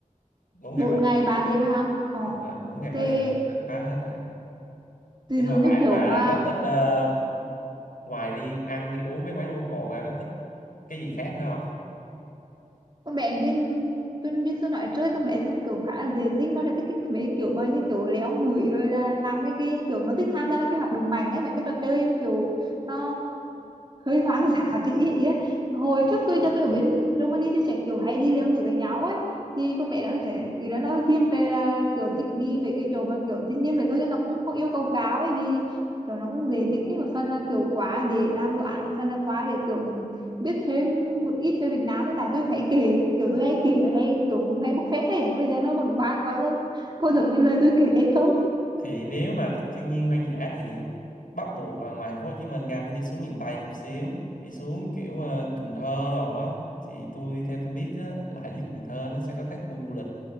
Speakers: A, on the left (about 85°); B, on the right (about 35°).
A: bốn ngày
B: bốn
A: ba
B: ngày
A: đêm
B: ba đêm ấy hả ờ
A: đúng rồi bốn ngày
B: thế
A: ba đêm ăn phá hết rồi
B: ví
A: nhưng
B: dụ
A: mà
B: như
A: bạn
B: kiểu
A: bà là
B: mà
A: có thích ờ, ngoài đi ăn đi uống mấy quán local ra có thích cái gì khác nữa
B: con bé Duyên tôi Duyên tôi nói trước con bé nó kiểu khá là dễ tính nó là thích cái, mấy cái kiểu mà như kiểu léo nụi rồi là làm mấy cái kiểu nó thích tham gia mấy cái hoạt động mạnh ấy mấy cái trò chơi kiểu nó hơi hoang dã <laughs> tí ấy. ấy. hồi trước tôi cho tôi ở bên Germany tôi sẽ kiểu hay đi leo núi với nhau ấy thì con bé nó sẽ ý là nó thiên về là kiểu thích đi về cái chỗ mà kiểu thiên nhiên vậy thôi chứ nó cũng không yêu cầu cao ấy vì kiểu nó cũng dễ tính ấy một phần là kiểu quá để làm đồ án một phần là quá để kiểu biết thêm một ít về Việt Nam với tại tôi hãy kể kiểu tôi hãy kể hay kiểu hãy bốc phét thế bây giờ nó vẫn quá quá có được như lời tôi kể hay không
A: thì nếu mà thích thiên nhiên hoang dã thì bắt buộc là ngoài thành phố Hồ Chí Minh ra phải đi xuống miền Tây một xíu đi xuống kiểu ờ, Cần Thơ đồ á thì tôi theo tôi biết á là ở dưới Cần Thơ nó sẽ có các khu du lịch